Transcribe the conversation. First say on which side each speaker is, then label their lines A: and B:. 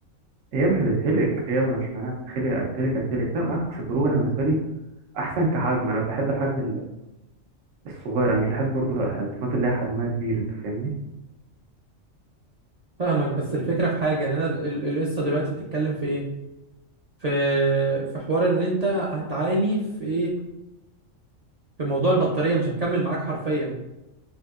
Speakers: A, on the right; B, on the right.
A: هي مش هتتهلك هي مش معناها هتتخلق هتتهلك هتتهلك لا بالعكس البرو انا بالنسبه لي احسن كحجم انا بحب الحجم الصغير انا مش بحب برضو التليفونات اللي هي حجمها كبير انت فاهمني
B: فاهمك بس الفكرة في حاجة ان انا ال- ال- القصة دلوقتي بتتكلم في ايه في في حوار ان انت هتعاني في ايه في موضوع البطارية مش هتكمل معاك حرفيا